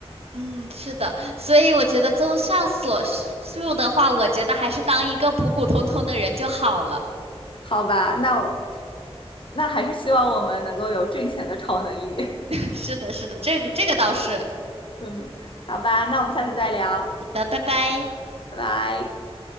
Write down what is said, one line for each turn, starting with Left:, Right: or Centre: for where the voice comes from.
Right: 嗯，是的，所以我觉得综上所述的话，我觉得还是当一个普普通通的人就好了。
Left: 好吧，那我那还是希望我们能够有挣钱的超能力。<laughs>
Right: 是的，是的，这个这个倒是。
Left: 嗯，好吧，那我们下次再聊，
Right: 好的，拜拜。
Left: 拜拜。